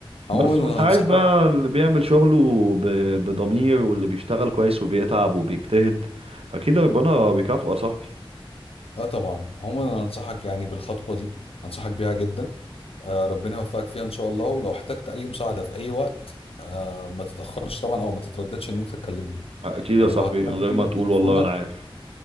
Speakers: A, on the left; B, on the right.
A: عموما
B: بس وانت
A: انا
B: عارف
A: هنصحك
B: بقى اللي بيعمل شغله ب- بضمير واللي بيشتغل كويس وبيتعب وبيجتهد اكيد ربنا بيكافئه يا صاحبي
A: اه طبعا عموما انا انصحك يعني بالخطوه دي انصحك بيها جدا آه ربنا يوفقك فيها ان شاء الله ولو احتجت اي مساعده في اي وقت آه ما تتاخرش طبعا او ما تترددش ان انت تكلمني
B: اكيد
A: وهستنى
B: يا صاحبي من غير
A: منك
B: ما تقول
A: تليفونك
B: والله انا عارف